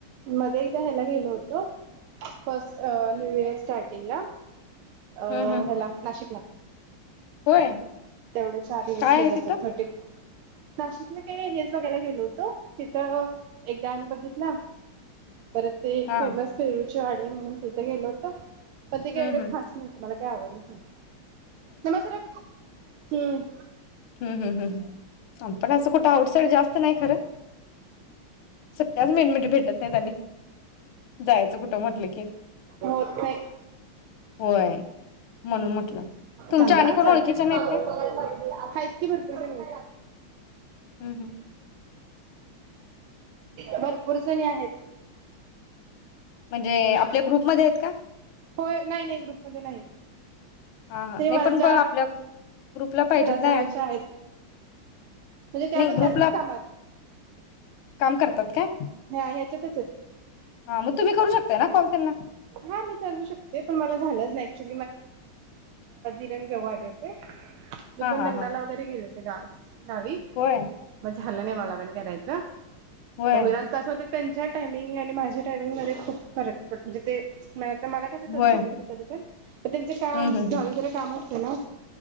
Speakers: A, on the right; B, on the left.
A: मधे एकदा ह्याला गेलो होतो. फस्ट अ न्यू इयर स्टार्टिंगला. अ
B: हम्म हम्म
A: -हेला नाशिकला.
B: होय?
A: तेवढे चार दिवस
B: काय
A: गेलो
B: आहे तिथं
A: होतो, थर्टी- नाशिकला काय -हेच बघायला गेलो होतो, तिथं एक डॅम बघितला. परत ते एक
B: हा
A: फेमस फेर जाॅडी म्हणून ते- गेलो होतो, पण
B: हम्म
A: ते काही एवढं
B: हम्म
A: खास नव्हतं. मला काही आवडलंच नाही. नमा सरक हम्म
B: हम् हम्म हम् हम् आम्हीपण असं कुठं, आउटसाईड जास्त नाही खरं, सट्ट्याच मेन म्हणजे भेटत नाहीत आणि जायचं कुठं म्हटलं की,
A: होत नाही
B: होय, म्हणून म्हटलं तुमच्या
A: थांबा
B: आणि कोण
A: चाल
B: ओळखीच्या
A: आहेत
B: नाहीत काय?
A: की भरपूर जणी.
B: हं हं.
A: <inaudible> भरपूर जणी आहेत.
B: म्हणजे आपल्या ग्रुपमध्ये आहेत का,
A: होय, नाही नाही ग्रुपमध्ये नाहीत.
B: हा हा
A: ते
B: नाही
A: माझ्या
B: पण ब आपल्या ग्रुपला पाहिजेत
A: घराजवळच्या
B: ना, ऍड
A: आहेत म्हणजे, त्या
B: नाही
A: पण
B: ग्रुपला
A: त्यातच कामाात
B: काम करतात काय?
A: हा ह्याच्यातच आहेत.
B: हा मग तुम्ही करू शकताय ना कॉल त्यांना
A: हा मी करू शकते, पण मला झालंच नाही. <unintelligible> मी
B: हा
A: पण लग्नाला
B: हा हा
A: वगैरे गेल्यात तिरास गावी
B: होय
A: म झालं नाय मला पण करायचं
B: व्हय
A: तर होईरात कसं त्यांच्या टायमिंग आणि माझे टायमिंगमध्ये खूप फरक पड म्हणजे ते म्या तर मला कसं करू
B: होय
A: शकते मी कधी पण म त्यांचे काम
B: हम्म हम्म
A: झााल ज काम ते लाव